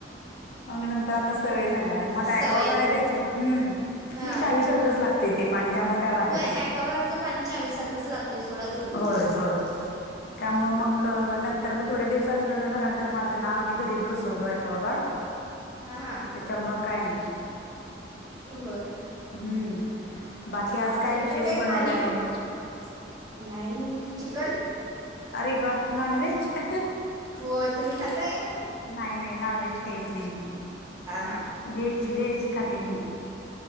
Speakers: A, on the left (about 60°); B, on the right (about 20°).
A: मग नंतर आता सवय झाल्या मग
B: सवय
A: ऐकवा गड
B: झाली
A: आहे त्याच्या हम्
B: हा
A: मग चावीसारखच लागत तेथ पाणी त्यामुळे काय वाटत
B: होय
A: नाही
B: ॲक्वागार्डचं पाणी चावीसारखंच लागतंय सोडा तुरत
A: <unintelligible> होय
B: तुरत
A: होय त्यामुळे मग
B: हा
A: अ नंतर मग थोड्या दिवसांनी लग्न झाल्यानंतर माझं ना आम्ही घरीच बसवलो ऐवा गड
B: हा हा
A: त्याच्यामुळे काय नाही
B: होय
A: हम्म बाकी आज
B: आमच्या
A: काय
B: इकड
A: विशेष
B: काही
A: बनवलाय
B: पाणी
A: मग
B: फिरत नाही चिकन
A: अरे वा नॉन वहेज <unintelligible>
B: होय तुम्ही खाताय हा
A: नाही नाही नॉनव्हेज काहीत नाही मी
B: हा
A: वेज वेहेज खाते मी